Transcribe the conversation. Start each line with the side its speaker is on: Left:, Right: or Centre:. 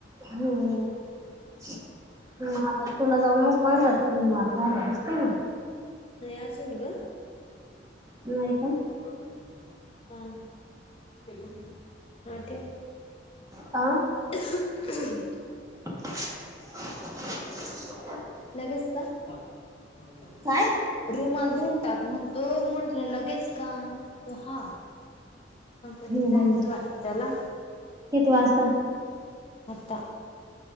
Right: हम्म हम्म मंग आता तुला जाऊन मस् पहायला तीन वार झाले असतील ना
Left: नय अजून ग
Right: नाय का?
Left: हा हा -हां ठेव.
Right: आ
Left: <unintelligible>
Right: <unintelligible> <unintelligible>
Left: लगेच का -हा माझं काम <unintelligible>
Right: काय?
Left: रुमाल धुंवून टाक म्हणतोय म्हटलं लगेच का म्हणतो हा कंपनीत
Right: हम्म
Left: जायचंय
Right: हम्म
Left: वाटतं त्याला
Right: किती वाजता
Left: आत्ता